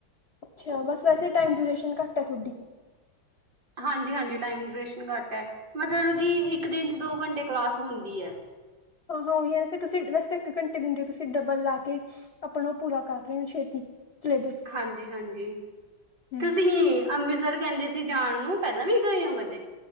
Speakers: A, on the left; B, on the right.
A: ਅੱਛਾ ਬਸ ਵੈਸੇ ਟਾਈਮ ਡਿਊਰੇਸ਼ਨ ਘੱਟ ਐ ਤੁਹਾਡੀ।
B: ਹਾਂਜੀ-ਹਾਂਜੀ ਟਾਈਮ ਡਰੇਸ਼ਨ ਘੱਟ ਏ ਮਤਲਬ ਕਿ ਇੱਕ ਦਿਨ ਚ ਦੋ ਘੰਟੇ ਕਲਾਸ ਹੁੰਦੀ ਐ।
A: ਹਾਂ-ਹਾਂ ਉਹੀ ਏ ਫੇ ਤੁਸੀਂ ਵੈਸੇ ਇੱਕ ਘੰਟੇ ਦਿੰਦੇ ਹੋ ਤੁਸੀਂ ਡੱਬਲ ਲਾ ਕੇ। ਆਪਣਾ ਉਹ ਪੂਰਾ ਕਰ ਰਹੇ ਹੋ ਛੇਤੀ। ਸਿਲੇਬਸ
B: ਹਾਂਜੀ- ਹਾਂਜੀ
A: ਹਮ
B: ਤੁਸੀਂ ਅੰਮ੍ਰਿਤਸਰ ਕਹਿੰਦੇ ਸ- ਤੁਸੀਂ ਜਾਣ ਨੂੰ ਪਹਿਲਾਂ ਵੀ ਗਏ ਹੋ ਕਦੇ?